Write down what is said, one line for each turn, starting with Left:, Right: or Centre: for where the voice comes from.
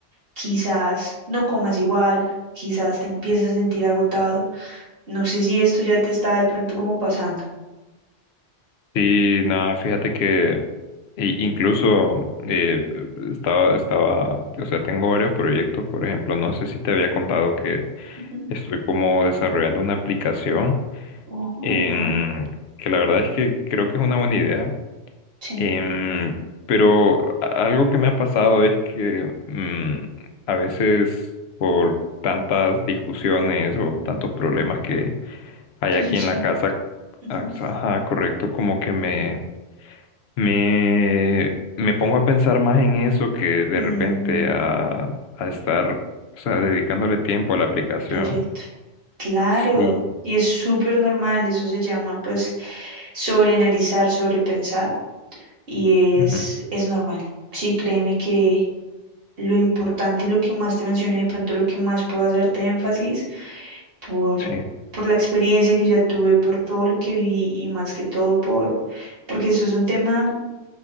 Right: quizás no comas igual, quizás te empieces a sentir agotado. No sé si esto ya te está de pronto como pasando.
Left: Sí, nada, fíjate que i- incluso eh, estaba, estaba, o sea, tengo varios proyectos, por ejemplo, no sé si te había contado que
Right: Ujú.
Left: estoy como desarrollando una aplicación
Right: Ojo,
Left: en,
Right: wow.
Left: que la verdad es que creo que es una buena idea
Right: Sí,
Left: Em, pero a- algo que me ha pasado es que mm, a veces por tantas discusiones o tantos problemas que hay
Right: ¿qué
Left: aquí
Right: sucede?
Left: en la casa,
Right: Ujú.
Left: ax- ajá, correcto, como que me, me, me pongo a pensar más en eso que de
Right: Mm,
Left: repente a, a estar, o sea, dedicándole tiempo a la aplicación.
Right: proyecto. Claro,
Left: Sí.
Right: y es súper normal, eso se llama pues sobreanalizar, sobrepensar, y es,
Left: Ujú,
Right: es normal. Sí, créeme que lo importante y lo que más te mencioné, de pronto lo que más puedo hacerte énfasis por,
Left: Sí,
Right: por la experiencia que ya tuve, por todo lo que viví y más que todo por, porque eso es un tema